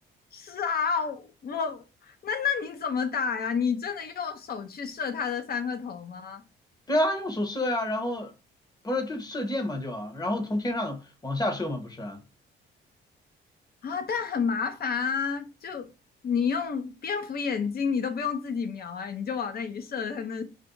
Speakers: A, on the left; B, on the left.
A: 是啊，我那那你怎么打呀？你真的用手去射他的三个头吗？
B: 对啊，用手射呀、然后不是就射箭嘛就啊，然后从天上往下射嘛不是啊？
A: 啊，但很麻烦啊，就你用蝙蝠眼睛，你都不用自己瞄，哎，你就往那一射，他那